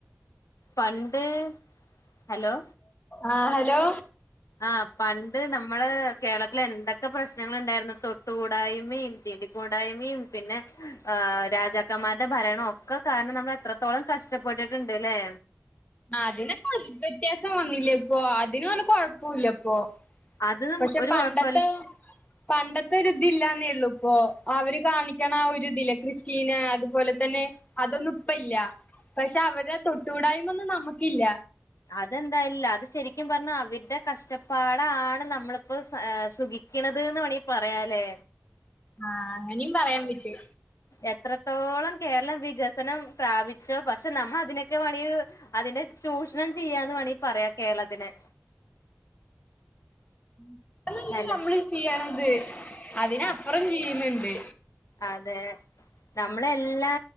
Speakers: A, on the left; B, on the left.
A: പണ്ട് ഹലോ
B: ആ ഹലോ
A: ആഹ് പണ്ട് നമ്മൾ കേരളത്തിൽ എന്തൊക്കെ പ്രശ്നങ്ങളുണ്ടായിരുന്നു തൊട്ടുകൂടായ്മയും തീണ്ടി കൂടായ്മയും പിന്നെ ആ രാജാക്കന്മാരുടെ ഭരണൊക്കെ കാരണം നമ്മൾ എത്ര ത്തോളം കഷ്ടപ്പെട്ടിട്ട്ണ്ട് ലെ?
B: അതിനൊക്ക വ്യത്യാസം വന്നില്ല്യേപ്പൊ അതിന് ഒന്നും കൊഴപ്പൊല്ല്യപ്പൊ.
A: അത്
B: പക്ഷെ
A: ഒരു
B: പണ്ടത്തെഹ്
A: കൊഴപ്പല്ല
B: പണ്ടത്തെ ര് ത് ല്ലാന്നേള്ളു പ്പൊ. അവര് കാണിക്കണ ആ ഒരു ഇതില്ലെ കൃഷീലെ അതുപോലെ തന്നെ അതൊന്നും ഇപ്പല്ല പക്ഷെ അവരെ തൊട്ടൂടായ്മ ഒന്നും നമുക്കില്ല.
A: അതെന്തായില്ല അത് ശെരിക്കും പർണാ അവര്ടെ കഷ്ടപ്പാടാണ് നമ്മളിപ്പെ സുഖി ക്ണത് വേണെ പറയാലെ?
B: ആഹ് അങ്ങനിം പറയാ വിറ്റ്
A: എത്രത്തോളം കേരളം വികസനം പ്രാപിച്ചോ പക്ഷെ നമ്മ അതിനൊക്കെ വേണങ്കിൽ അതിന്റെ ചൂഷ്ണം ചെയ്യാന്ന് വേണി പറയാ കേരളത്തിനെ
B: <unintelligible>
A: ഹലോ
B: നമ്മളീ ചെയ്യണത് അതിനപ്പുറം
A: ആ
B: ചെയ്യ്ന്ന്ണ്ട്
A: അതെ നമ്മളെല്ലാ